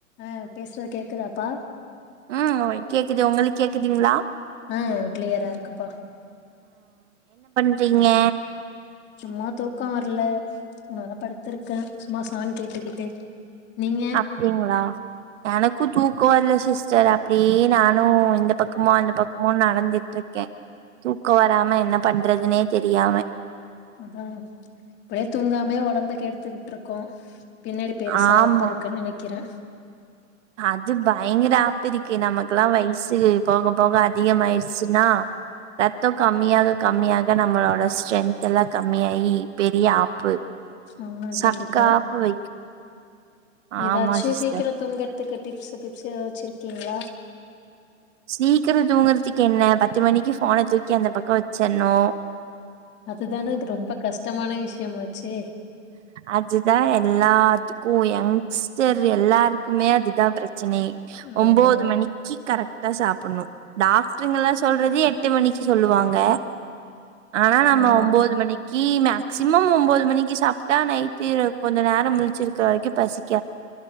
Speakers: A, on the left; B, on the right.
A: அஹ் பேசுற கேக்குதாப்பா
B: ம்ஹ் ஓ கேக்குது உங்களுக்கு கேக்குதுங்களா
A: ம்ஹ் கிளியரா இருக்குப்பா
B: ங்க
A: சும்மா தூக்க வரல நா படுத்திருக்கே சும்மா சாங் கேட்டுக்கிட்டு நீங்க
B: அப்படிங்களா எனக்கு தூக் கோவர்ல சிஸ்டர் அப்படியே நானு இந்த பக்கமு அந்த பக்கமு நடந்துட்டு இருக்கே தூக்க வராம என்ன பண்றதுனே தெரியாம
A: அதான் இப்படியே தூங்காமே ஓடம்பகெடுத்துக்கிட் இருக்கோ பின்னாடி பெருசா
B: ஆமா
A: ஆப்பு இருக்குன்னு நினைக்கிறே <inaudible>
B: அது பயங்கர ஆப்பு இருக்கு நமக்குல்லா வயசு போக போக அதிக ஆயிடுச்சுன்னா ரத்த கம்மியாக கம்மியாக நம்மளோட ஸ்ட்ரென்த் எல்லா கம்மியாயி பெரிய ஆப்பு
A: ஆமா
B: சக்க
A: கண்டிப்பா
B: ஆப்பு வைக்கு
A: ஏதாச்சு
B: ஆமா சிஸ்டர்
A: சீக்கிர தூங்கறதுக்கு டிப்ஸ் கிப்ஸ் ஏதாச்சிருக்கீங்களா
B: சீக்கிர தூங்குறதுக்கு என்ன பத்து மணிக்கு ஃபோனை தூக்கி அந்த பக்க வச்சர்னு
A: அதுதானே ரொம்ப கஷ்டமான விஷயமா ஆச்சே
B: அதுதா எல்லாத்துக்கு ஏன் சிஸ்டர் எல்லாருக்குமே அதுதான் பிரச்சனையே ஒன்பது
A: ஆமா
B: மணிக்கு கரெக்ட் சாப்பிடணும் டாக்டருங்கல்லாம் சொல்றது எட்டு மணிக்கு சொல்லுவாங்க ஆனா நம்ம
A: ஆமா
B: ஒன்பது மணிக்கு ஒன்பது மணிக்கு மேக்சிமம் ஒன்பது மணிக்கு சாப்பிட்டா நைட்டு கொஞ்சம் நேர முழுச்சிருக்கிற வரைக்கு பசி